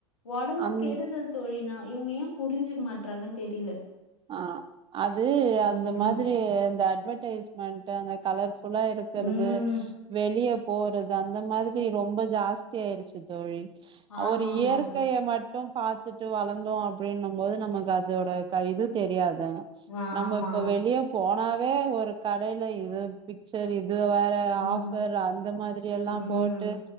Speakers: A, on the left; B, on the right.
A: ஒடம்பு
B: அந்
A: கெடுதல் தோழி நா இவுங்க ஏ புரிஞ்சுக்க மாட்றாங்கன் தெரியல
B: ஆ அது அந்த
A: ம்
B: மாதிரி அ அட்வர்டைஸ் மென்ட்டு அந்த கலர்ஸ் குழாய் இருக்குறது
A: ம்
B: வெளிய போறது அந்த மாதிரி ரொம்ப ஜாஸ்தி ஆயிடுச்சு தோழி
A: ஆமா
B: ஒரு
A: ஆமா
B: இயற்கைய
A: தோழி
B: மட்டு பாத்துட்டு வளந்தோ அப்டின்னு போது நமக்கு அதோட கா இது தெரியாது
A: ஆ
B: நம்ம
A: ஆமா
B: இப்ப வெளிய போன சும்மாவே ஒரு கடய்ல எதோ பிச்சரு இது இது வேற
A: ம்
B: ஆபர் அந்த மாதிரி எல்லா
A: ம்
B: போட்டு